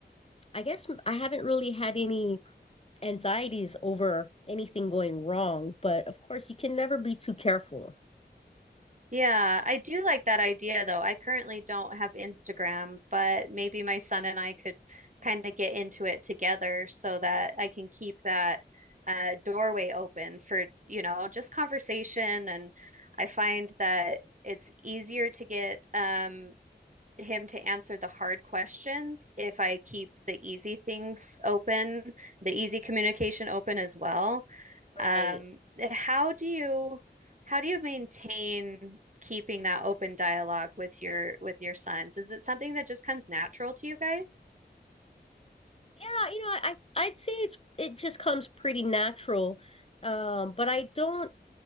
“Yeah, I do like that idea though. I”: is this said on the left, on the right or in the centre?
Right